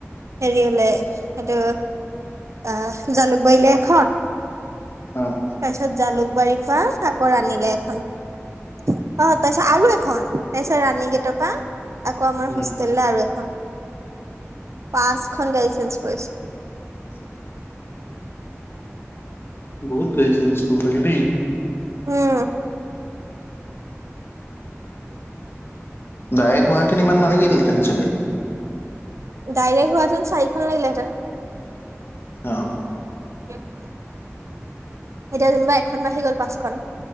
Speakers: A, on the right; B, on the left.
A: হেৰি হলে। সেইটো আহ জালুকবাৰল এখন।
B: অ',
A: তাৰপিছত জালুকবাৰীৰ পৰা চাকৰ আনিলে এখন। অ তাৰপিছত আৰু এখন তাৰপিছত ৰাণী গেটৰ পৰা। আকৌ আমাৰ
B: উম,
A: হোষ্টেল আৰু এখন পাঁচখন গাইছে। তেছ কৰিছো।
B: উঠ <unintelligible> বহুত গাড়ী চেঞ্জ কৰিব লাগে দেই।
A: উম।
B: ডাইৰেক্ট হাহতেন ইমান নালাগিল তেন চাগে।
A: ডাইৰেক্ট হোৱাতেন চাৰিখন লাগিলেঁতেন।
B: অ।
A: একাত <unintelligible> এতিয়া যেনোিবা এখন বাঢ়ি গ'ল পাঁচখন।